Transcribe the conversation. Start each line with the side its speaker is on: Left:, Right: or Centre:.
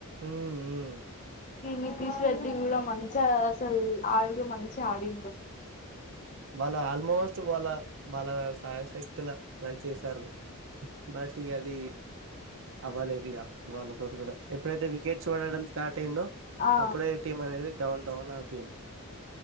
Right: ఉమ్ ఉమ్
Left: ఈ నితీష్ రెడ్డి కూడా మంచిగా అసలు ఆడితే మంచిగా ఆడిండు
Right: వాళ్ళ ఆల్మోస్ట్ వాళ్ళ వాళ్ళ సాయశక్తుల ట్రై చేశారు బట్ ఇక అది అవ్వలేదు ఇక వాళ్ళతోటి కూడా ఎప్పుడైతే వికెట్స్ పడడం స్టాట్ ండో
Left: ఆ
Right: అప్పుడే టీం అనేది డౌన్ డౌన్ అయిపోయింది